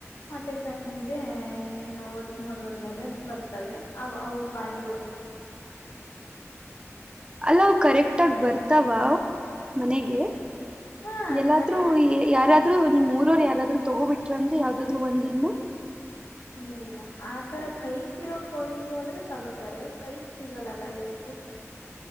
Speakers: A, on the left (about 75°); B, on the right (about 20°).
A: ಮತ್ತೆ ಸಂಜೆ ಇನ್ನೇನು ಒತ್ತು ಮುಡ್ಗದ್ಲೆ ಬರ್ತವೆ ಅವ ಪಾಡಿ
B: ಅಲ್ಲ್ ಕರೆಕ್ಟ್ ಆಗ ಬರ್ತಾವ ಮನೆಗೆ
A: ಹಾ
B: ಎಲ್ಲಾದ್ರೂ
A: ಸರಿ
B: ಯಾರಾದ್ರರು ನಿಮ್ಮ್ ಊರವ್ ಯಾರಾದ್ರು ತಗೋಬಿಟ್ರ ಅಂದ್ರೆ ಯಾವ್ದಾದ್ರು ಒಂದನ್ನ
A: ಇಲ್ಲ ಇಲ್ಲ ಆತರ ಕೈಕ್ ಸಿಗೋಕೋಳಿ ಆದ್ರೆ ತಗೋತಾರೆ ಕೈಕ್ ಸಿಗಲ್ಲಲ್ಲ ಇವು